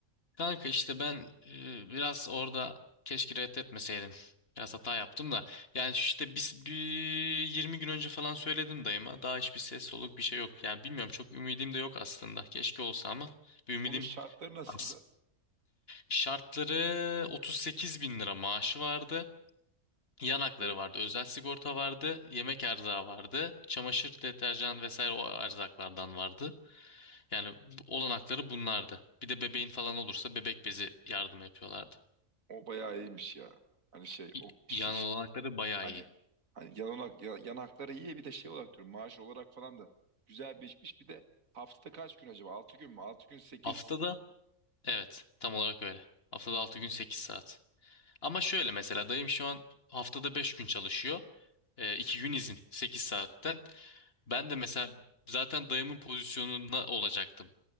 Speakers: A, on the left (about 45°); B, on the right (about 75°).
A: Kanka işte ben e, biraz orada keşke reddetmeseydim. Biraz hata yaptım da. Yani işte biz bir 20 gün önce falan söyledim dayıma. Daha hiçbir ses soluk bir şey yok. Yani bilmiyorum çok ümidim de yok aslında. Keşke olsa ama bir ümidim
B: Onun şartları nasıldı?
A: az. Şartları 38 bin lira maaşı vardı. Yan hakları
B: Evet.
A: vardı. Özel sigorta vardı. Yemek erzağı vardı. Çamaşır, deterjan vesaire o erzaklardan vardı. Yani bu- olanakları bunlardı. Bir de bebeğin falan olursa bebek bezi yardım yapıyorlardı.
B: O bayağı iyiymiş ya. Hani şey
A: y-
B: o şey,
A: Yan
B: şey-
A: olanakları bayağı
B: hani
A: iyi.
B: hani yanak, ya- yanakları iyi bir de şey olarak diyorum maaş olarak falan da güzel bir işmiş. Bir de haftada kaç gün acaba? Altı gün mü? 6 gün sekiz?
A: Haftada evet tam olarak öyle. Haftada 6 gün 8 saat. Ama şöyle mesela dayım şu an haftada 5 gün çalışıyor. E, 2 gün izin 8 saatten. Ben de mesela zaten dayımın pozisyonuna olacaktım.